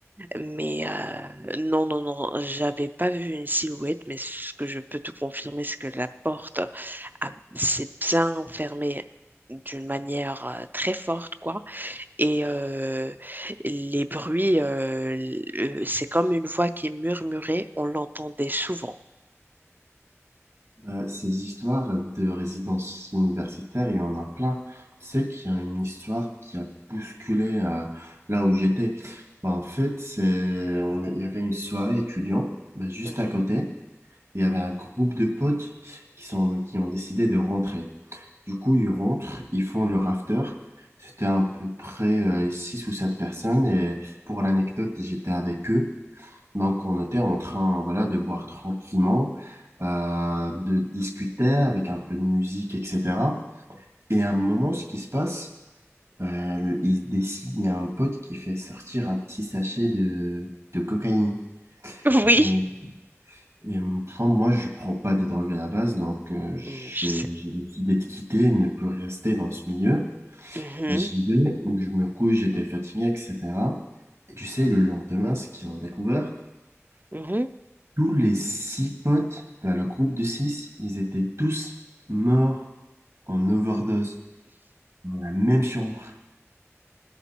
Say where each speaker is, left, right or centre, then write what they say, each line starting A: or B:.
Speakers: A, on the right; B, on the right.
A: mais euh, non, non, non, j'avais pas vu une silhouette, mais ce que je peux te confirmer, c'est que la porte a- s'est bien fermée d'une manière euh, très forte, quoi. Et euh, les bruits, euh, l- euh, c'est comme une voix qui murmurait, on l'entendait souvent.
B: Euh, ces histoires de résidence universitaire, il y en a plein. Tu sais qu'il y a une histoire qui a bousculé euh, là où j'étais. Bah, en fait, c'est, on- il y avait une soirée étudiant bah, juste
A: Mhm.
B: à côté. Il y avait un groupe de potes qui sont, qui ont décidé de rentrer. Du coup, ils rentrent, ils font leur after. C'était à peu près euh, 6 ou 7 personnes. Et pour l'anecdote, j'étais avec eux. Donc, on était en train, voilà, de boire tranquillement, euh, de discuter avec un peu de musique, etc. Et à un moment, ce qui se passe, euh, il décide, il y a un pote qui fait sortir un petit sachet de, de cocaïne.
A: Oui.
B: Et, et enfin, moi, je prends pas des drogues à la base, donc euh, j'ai
A: Mm, je sais.
B: j'ai décidé de quitter, de ne plus rester dans ce milieu.
A: Mhm.
B: Bah, J'y vais, donc je me couche, j'étais fatigué, etc. Et tu sais, le lendemain, ce qu'ils ont découvert,
A: Mhm.
B: Tous les six potes, dans le groupe de six, ils étaient tous morts en overdose dans la même chambre.